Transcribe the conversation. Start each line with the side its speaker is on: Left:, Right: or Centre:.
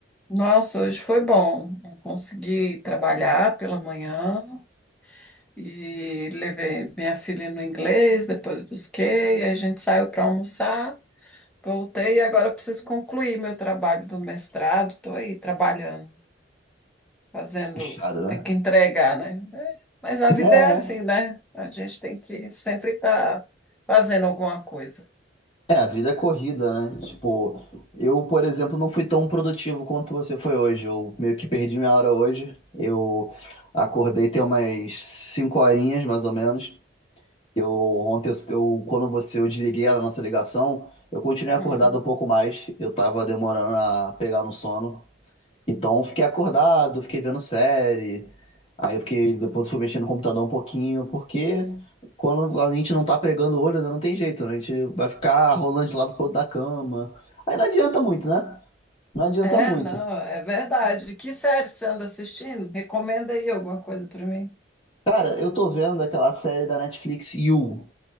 Centre: Nossa, hoje foi bom. Eu consegui trabalhar pela manhã e levei minha filha no inglês, depois busquei, a gente saiu para almoçar, voltei e agora eu preciso concluir meu trabalho do mestrado. Estou aí trabalhando. fazendo,
Left: Puxado,
Centre: o
Left: né?
Centre: tem que entregar, né? É, mas a
Left: <laughs>
Centre: vida
Left: É.
Centre: é assim, né? A gente tem que sempre estar fazendo alguma coisa.
Left: É, a vida é corrida, né? Tipo, eu, por exemplo, não fui tão produtivo quanto você foi hoje. Eu meio que perdi minha hora hoje. Eu acordei tem umas 5 horinhas, mais ou menos. Eu ontem, eu, eu- quando você, eu desliguei a nossa ligação, eu continuei acordado
Centre: Hum.
Left: um pouco mais. Eu tava demorando a pegar no sono. Então, eu fiquei acordado, fiquei vendo série. Aí eu fiquei, depois fui mexendo no computador um pouquinho, porque quando a gente não tá pregando o olho, né, não tem jeito, né? A gente vai ficar rolando de lado pro outro da cama. Aí não adianta muito, né? Não adianta
Centre: É,
Left: muito.
Centre: não, é verdade. Que série você anda assistindo? Recomenda aí alguma coisa para mim.
Left: Cara, eu tô vendo aquela série da Netflix You.